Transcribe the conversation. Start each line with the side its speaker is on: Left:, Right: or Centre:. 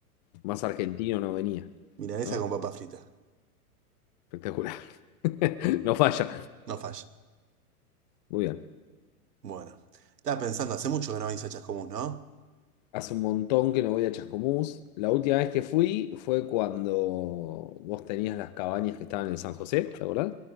Left: Más argentino no venía,
Right: Milanesa
Left: ¿no?
Right: con papa frita.
Left: Espectacular. <laughs> No falla.
Right: No falla.
Left: Muy bien.
Right: Bueno. Estaba pensando, hace mucho que no venís a Chascomús, ¿no?
Left: Hace un montón que no voy a Chascomús. La última vez que fui fue cuando vos tenías las cabañas que estaban en San José, ¿te acordás?